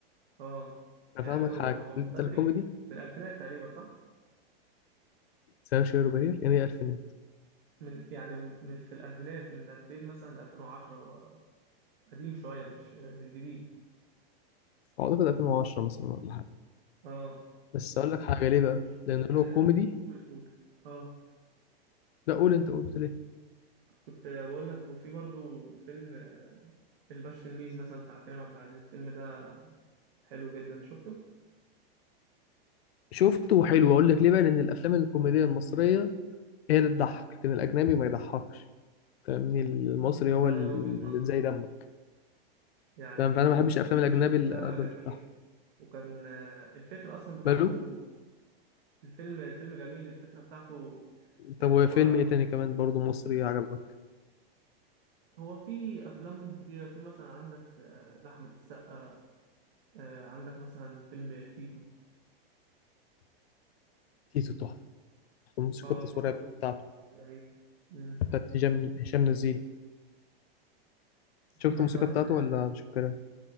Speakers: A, on the right; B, on the left.
A: اه
B: افهمك
A: يعني في- هو
B: حاجه
A: من هو من
B: انت
A: بدري
B: الكوميدي
A: من الألفينات تقريبا صح؟
B: سمير وشهير وبهير يعني ايه الفينات
A: من يعني من في الألفينات من 2000 مثلا ل 2010 هو قديم شوية مش مش جديد
B: اعتقد 2010 مثلا ولا حاجه
A: اه
B: بس اقول لك حاجه
A: وشفت
B: ليه بقى لان
A: ال-
B: هو كوميدي
A: قول قول اه
B: لا قول انت قلت ليه
A: كنت بقول لك وفي برضو فيلم آه، الباشا تلميذ مثلا بتاع كريم عبد العزيز الفيلم ده حلو جدا شفته؟
B: شفته وحلو اقول لك ليه بقى لان الافلام الكوميديه المصريه هي اللي تضحك لكن الاجنبي ما يضحكش فاهمني المصري هو
A: ايوه
B: اللي
A: وجهة نظر
B: زي دمك
A: يعني
B: فاهم فانا ما بحبش
A: فيلم
B: الافلام
A: الباشا
B: الاجنبي
A: تلميذ
B: اللي
A: ده جميل
B: بتاعها
A: وكان آه، الفكرة أصلا بتاعته
B: ماله
A: الفيلم الفيلم جميل الفكرة بتاعته
B: طب
A: اللي
B: وفيلم
A: هو
B: ايه تاني كمان برضه مصري عجبك
A: هو في أفلام كتيرة في مثلا عندك آه، لأحمد السقا آه، عندك مثلا فيلم تيتو
B: تيتو تحفه والموسيقى
A: اه
B: التصويريه
A: تيتو
B: بتاعته
A: فيلم جميل مم.
B: بتاعت هشام هشام نزيه
A: وفي
B: شفت
A: مثلا
B: الموسيقى بتاعته ولا
A: آه،
B: مش فاكرها